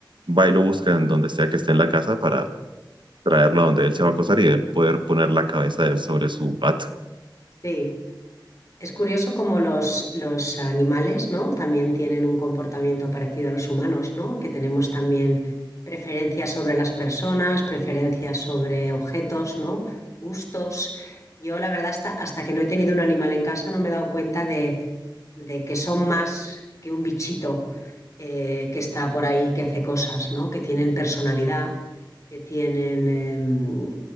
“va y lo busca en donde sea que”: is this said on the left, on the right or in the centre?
Right